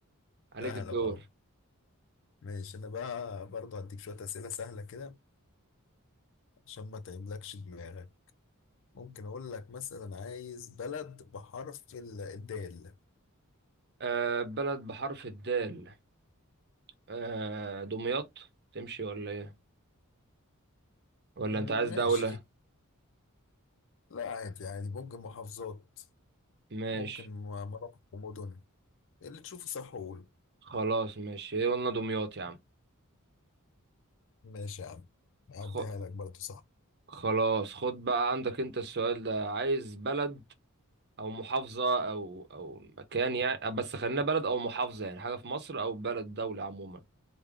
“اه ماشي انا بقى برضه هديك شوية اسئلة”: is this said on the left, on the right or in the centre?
Left